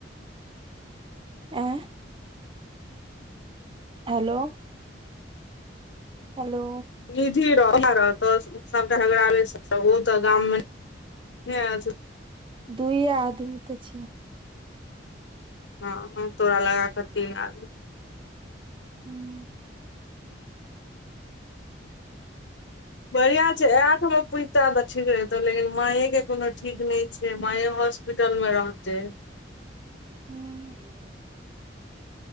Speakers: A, on the right; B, on the left.
A: आँ हेलो, हेलो,
B: निधि रह -रहतौ सबटा झगड़ाबे सब छै ओ तऽ गाम मे <unintelligible>
A: दुइये आदमी तऽ छै।
B: हँ तोरा लगा कऽ तीन आदमी।
A: हूँ।
B: बढ़िआँ छै आयत हम पुछताे तऽ ठीक रहतै, लेकिन माॅंएके के कोनो ठीक नहि छै माए हास्प हॉस्पिटल मे रहतै।
A: ह <inaudible> हूँ।